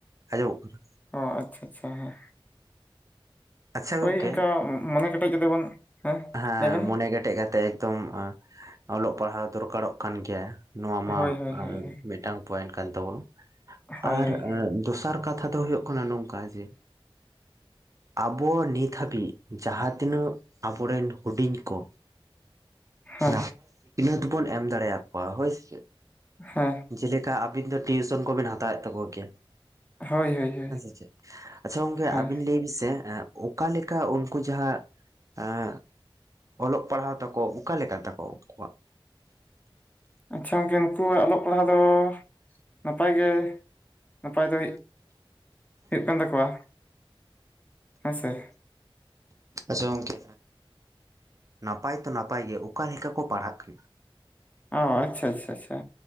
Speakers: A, on the right; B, on the left.
A: ᱟᱸᱡᱚᱢᱚᱜ ᱠᱟᱱᱟ
B: ᱚᱻ ᱟᱪᱪᱷᱟ ᱟᱪᱪᱷᱟ, ᱦᱮ
A: ᱟᱪᱪᱷᱟ
B: ᱦᱳᱭ
A: ᱜᱚᱝᱠᱮ
B: ᱚᱱᱠᱟ ᱢᱚᱱᱮ ᱠᱮᱴᱮᱡ ᱠᱟᱛᱮ ᱵᱚᱱ ᱦᱮᱸ
A: ᱦᱮᱸᱻ
B: ᱞᱟᱹᱭ ᱵᱮᱱ
A: ᱢᱚᱱᱮ ᱠᱮᱴᱮᱡ ᱠᱟᱛᱮ, ᱮᱠᱫᱚᱢ ᱚᱞᱚᱜ ᱯᱟᱲᱦᱟᱣ ᱫᱚᱨᱠᱟᱨᱚᱜ ᱠᱟᱱ ᱜᱮᱭᱟ᱾ ᱱᱚᱣᱟ ᱢᱟ,
B: ᱦᱳᱭ ᱦᱳᱭ ᱦᱳᱭ ᱦᱳᱭ
A: ᱢᱤᱫᱴᱟᱝ ᱯᱚᱭᱮᱱᱴ ᱠᱟᱱ ᱛᱟᱵᱚᱱᱟ᱾
B: ᱦᱳᱭ
A: ᱟᱨ
B: ᱦᱳᱭ
A: ᱫᱚᱥᱟᱨ ᱠᱟᱛᱷᱟ ᱫᱚ ᱦᱩᱭᱩᱜ ᱠᱟᱱᱟ ᱱᱚᱝᱠᱟ ᱡᱮ ᱟᱵᱚ ᱱᱤᱛ ᱦᱟᱹᱵᱤᱡ ᱡᱟᱦᱟᱸ ᱛᱤᱱᱟᱹᱜ ᱟᱵᱚᱨᱮᱱ ᱦᱩᱰᱤᱧ ᱠᱚ,
B: ᱦᱳᱭ
A: ᱱᱟᱯᱟᱭ ᱥᱟ ᱤᱱᱟᱹᱫᱚᱵᱚᱱ ᱮᱢ ᱫᱟᱲᱮ ᱟᱠᱚᱣᱟ ᱾ᱦᱳᱭ ᱥᱮ ᱪᱮᱫ?
B: ᱦᱮᱸ
A: ᱡᱮ ᱞᱮᱠᱟ ᱟᱹᱵᱤᱱ ᱫᱚ ᱴᱤᱭᱩᱥᱚᱱ ᱠᱚᱵᱤᱱ ᱦᱟᱛᱟᱣᱮᱫ ᱛᱟᱠᱚ ᱠᱮᱭᱟ᱾
B: ᱦᱳᱭ ᱦᱳᱭ ᱦᱳᱭ
A: ᱦᱮᱸ ᱥᱮ ᱪᱮᱫ? ᱟᱪᱪᱷᱟ ᱜᱚᱝᱠᱮ
B: ᱦᱳᱭ
A: ᱟᱹᱵᱤᱱ ᱞᱟᱹᱭ ᱵᱤᱱ ᱥᱮ ᱚᱠᱟ ᱞᱮᱠᱟ ᱩᱱᱠᱩ ᱡᱟᱦᱟᱸ ᱦᱮᱸ ᱚᱞᱚᱜ ᱯᱟᱲᱦᱟᱣ ᱛᱟᱠᱚ, ᱚᱠᱟ ᱞᱮᱠᱟ ᱛᱟᱠᱚ ᱩᱱᱠᱩᱣᱟᱜ?
B: ᱟᱪᱪᱷᱟ ᱜᱚᱝᱠᱮ ᱱᱩᱠᱩᱣᱟᱜ ᱚᱞᱚᱜ ᱯᱟᱲᱦᱟᱜ ᱫᱚ ᱱᱟᱯᱟᱭ ᱜᱮ ᱱᱟᱯᱟᱭ ᱫᱚ ᱦᱩᱭᱩᱜ ᱠᱟᱱ ᱛᱟᱠᱚᱣᱟ ᱦᱮᱸ ᱥᱮ
A: ᱟᱪᱪᱷᱟ ᱜᱚᱝᱠᱮ ᱱᱟᱯᱟᱭ ᱛᱚ ᱱᱟᱯᱟᱭ ᱜᱮ ᱚᱠᱟ ᱞᱮᱠᱟ ᱠᱚ ᱯᱟᱲᱦᱟᱜ ᱠᱟᱱᱟ
B: ᱚ ᱟᱪᱪᱷᱟ ᱟᱪᱪᱷᱟ ᱟᱪᱷᱟ